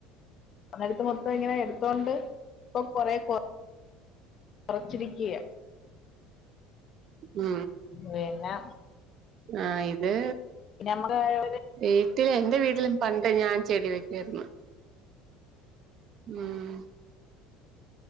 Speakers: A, on the left; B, on the right.
A: <unintelligible> മൊത്തം ഇങ്ങനെ എടുത്തോണ്ട് ഇപ്പൊ കൊറെ കൊ- റച്ചിരിക്കിയാ
B: ഉം
A: പിന്നെ
B: ആ ഇത്
A: പിന്നെ നമ്മക്ക് ഒരു
B: വീട്ടിൽ എന്റെ വീട്ടിലും പണ്ട് ഞാൻ ചെടി വെക്കു ആയിരുന്നു ഉം